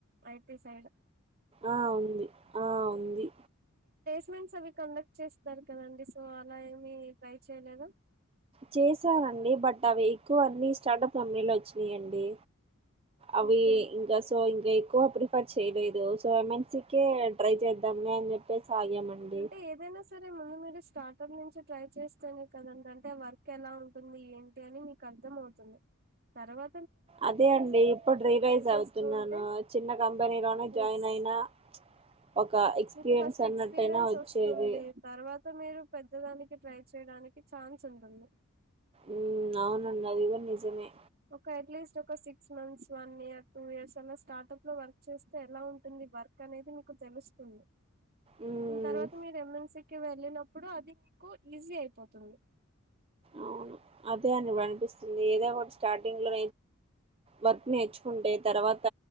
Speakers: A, on the right (about 50°); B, on the right (about 30°).
A: ఐటీ సైడ్
B: ఆ ఉంది ఆ ఉంది
A: స్ అవి కండక్ట్ చేస్తారు కదండి సో అలా ఏమి ట్రై చేయలేద
B: చేశానండి బట్ అవి ఎక్కువ అన్ని స్టార్టప్ ఫమ్మెలో వచ్చినీయండి అవి
A: ఓకే
B: ఇంకా సో ఇంకా ఎక్కువ ప్రిఫర్ చేయలేదు so I mean C K try చేద్దామ్లే అని చెప్పి ఆగామండి
A: అంటే ఏదైనా సరే ముందు మీరు స్టార్టప్ నుంచి ట్రై చేస్తేనే కదంటంటే వర్క్ ఎలా ఉంటుంది ఏంటి అని నీకు అర్థమవుతుంది తర్వా
B: అదే అండి ఇప్పుడు రీలైజ్
A: చేస్తూ
B: అవుతున్నాను
A: ఉంటే
B: చిన్న కంపెనీ లోనే జాయిన్
A: ఎస్
B: అయినా ఒక ఎక్స్పీరియన్స్
A: మీకు ఫస్ట్
B: అన్నట్టయినా
A: ఎక్స్పీరియన్స్
B: వచ్చేది
A: వస్తుంది తర్వాత మీరు పెద్దదానికి ట్రై చేయడానికి ఛాన్స్ ఉంటుంది
B: ఉమ్ అవునండి అది కూడ నిజమే
A: ఒక అట్లీస్ట్ ఒక six months one year two years అలా స్టార్టప్ లో వర్క్ చేస్తే ఎలా ఉంటుంది వర్క్ అనేది మీకు తెలుస్తుంది
B: మ్మ్
A: దాని తర్వాత మీరు ఎమ్ ఎన్ సికి వెళ్ళినప్పుడు అది మీకు ఈజీ అయిపోతుంది
B: అవును అదే అండి ఇప్పుడు అనిపిస్తుంది ఏదో ఒక స్టార్టింగ్ లో వర్క్ నేర్చుకుంటే తర్వాత